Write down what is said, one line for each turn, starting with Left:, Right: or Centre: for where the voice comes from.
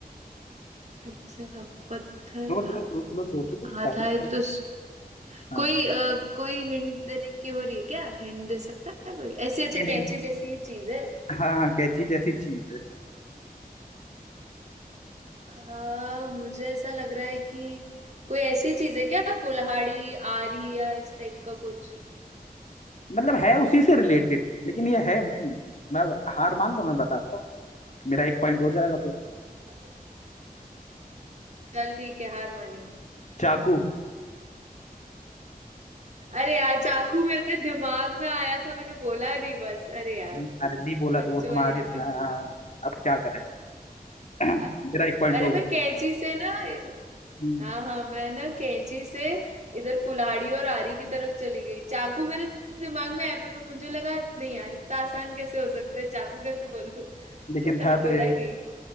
Right: अच्छा पत्थर
Left: सोच
Right: हा,
Left: लो सोच लो सोच लो स्टाइल
Right: हाथ आए तो स...
Left: हाँ
Right: कोई अ, कोई हिंट देने की हो रही है क्या हिंट दे सकता है कोई ऐसी अच्छा
Left: ये नहीं
Right: कैंची जैसी ही चीज है
Left: हाँ हाँ कैची जैसी चीज है
Right: अ, मुझे ऐसा लग रहा है कि कोई ऐसी चीज है क्या कुल्हाड़ी आरी या इस टाइप का कुछ
Left: मतलब है उसी से रिलेटेड लेकिन ये है नहीं मैं हार मान लो मैं बताता हूँ मेरा एक पॉइंट हो जाएगा फिर
Right: है चल ठीक है हार मानी
Left: चाकू
Right: अरे यार चाकू मेरे दिमाग में आया था मैंने बोला नहीं बस अरे यार
Left: अब अरे नहीं बोला तो
Right: बच्चों
Left: वो तुम्हारे
Right: वाली हरकत
Left: हाँ,
Right: कर दी
Left: अब क्या करें <clears throat> मेरा
Right: अ-
Left: एक पॉइंट
Right: अरे
Left: हो गया
Right: मैं कैंची से ना
Left: हम्म,
Right: हाँ हाँ मैं ना कैंची से इधर कुल्हाड़ी और आरी की तरफ चली गई चाकू मेरे दिमाग में आया पर मुझे लगा नहीं यार इतना आसान कैसे हो सकता है चाकू कैसे बोल दूं
Left: लेकिन
Right: तो मैंने
Left: था तो
Right: बोला
Left: यही
Right: ही नहीं